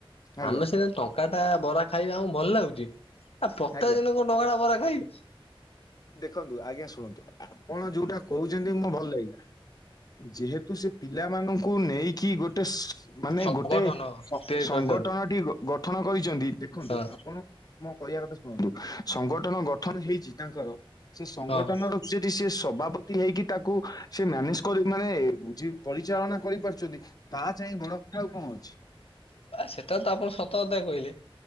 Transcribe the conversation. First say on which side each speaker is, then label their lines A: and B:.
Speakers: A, on the left; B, on the left.
A: ଆଜ୍ଞା
B: ଆମେ ସିନା ଟଙ୍କା ଟା ବରା ଖାଇବା ଆମ ଭଲ ଲାଗୁଛି ଆ ପ୍ରତ୍ୟେକ
A: ଆଜ୍ଞା
B: ଦିନ କଣ ଟଙ୍କା ଟା ବରା ଖାଇବି।
A: ଦେଖନ୍ତୁ ଆଜ୍ଞା ଶୁଣନ୍ତୁ ଆପଣ ଯୋଉଟା କହୁଛନ୍ତି ମୋ ଭଲ ଲାଗି। ଯେହେତୁ ସେ ପିଲାମାନଙ୍କୁ ନେଇକି ଗୋ ଗୋଟେ ମାନେ
B: ସଂଗଠନ
A: ଗୋଟେ
B: ତିଆରି
A: ସଂଗଠନଟି
B: କରିଛନ୍ତି
A: ଗଠନ କରିଚନ୍ତି। ଦେଖନ୍ତୁ
B: ହଁ
A: ଆପଣ ମୋ କହିବା କଥା ଶୁଣନ୍ତୁ ସଂଗଠନ ଗଠନ ହେଇଛି ତାଙ୍କର। ସେ ସଂଗଠନ
B: ହଁ
A: ର ସେଠି ସେ ସଭାପତି ହେଇକି ତାକୁ ସେ ମ୍ୟାନେଜ କରି ମାନେ ପରିଚାଳନା କରିପାରୁଛନ୍ତି ତା ଚାହିଁ ବଡ କଥା ଆଉ କଣ ଅଛି।
B: ସେଟା ତ ଆପଣ ସତକତା କହିଲେ